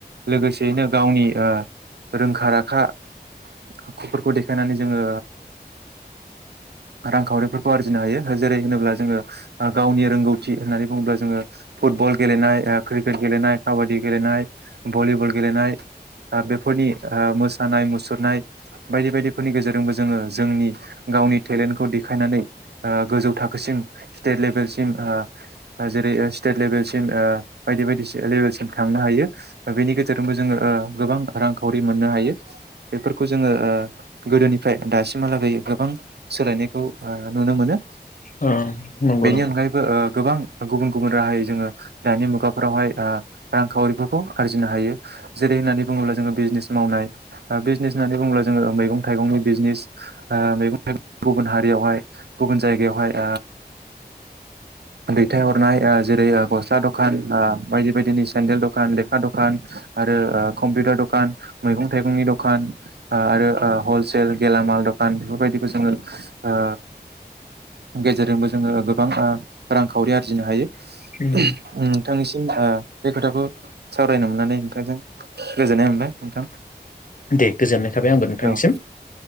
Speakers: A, on the right; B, on the left.
A: लोगोसेयैनो गावनि ओ रोंखा राखा आखुफोरखौ देखायनानै जोङो रांखावरिफोरखौ आरजिनो हायो। जेरै होनोब्ला जोङो गावनि रोंगौथि होननानै बुङोब्ला जोङो फुटबल गेलेनाय ओ क्रिकेट गेलेनाय काबादि गेलेनाय भलिबल गेलनाय ओ बेफोरनि ओ मोसानाय मुसुरनाय बायदि बायदिफोरनि गेजेरजोंबो जोङो जोंनि गावनि टेलेन्टखौ देखायनानै ओ गोजौ थाखोसिम स्टेट लेभेलसिम ओ जेरै स्टेट लेभेलसिम ओ बायदि बायदि लेबेलसिम थांनो हायो। बेनि गेजेरजोंबो जोङो ओ गोबां रांखावरि मोननो हायो। बेफोरखौ जोङो ओ गोदोनिफ्राय दासिमहालागै गोबां सोलायनायखौ ओ नुनो मोनो।
B: अ नंगौ
A: बेनि
B: नंगौ।
A: अनगायैबो ओ गोबां गुबुन गुबुन गुबुन राहायै जोङो दानि मुगाफोरावहाय रांखावरिफोरखौ आरजिनो हायो जेरै होननानै बुङोब्ला जोङो बिजनेस मावनाय बिजनेस होननानै बुङोब्ला जोङो मैगं थाइगंनि बिजनेस मैगं थाइगं गुबुन हारियावहाय गुबुन जायगायावहाय दैथायहरनाय ओ जेरै ओ गस्ला दखान ओ बायदि बायदिनि सेन्देल दखान लेखा दखान आरो ओ कम्पिउटार दखान मैगं थाइगंनि दखान ओ आरो ओ हलसेल गेलामाल दखान बेफोरबायदिखौ जोङो ओ गेजेरजोंबो जोङो गोबां ओ रांखावरि आरजिनो हायो। नोंथांनिसिम
B: उम
A: ओ बे खोथाखौ सावरायनो मोननानै नोंथांजों गोजोननाय मोनबाय नोंथां।
B: दे गोजोननाय थाबाय आंबो नोंथांनिसिम
A: औ